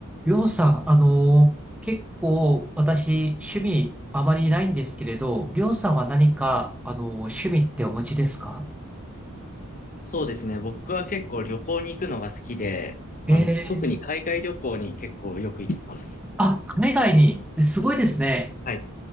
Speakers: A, in the centre; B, on the left (about 40°).
A: りょうさん、あの結構私、趣味あまりないんですけれど、りょうさんは何か、あの趣味ってお持ちですか
B: そうですね。僕は結構旅行に行くのが好きで、あの、
A: ええ
B: 特に海外旅行に結構よく行きます。
A: あ、海外に、えすごいですね。
B: はい。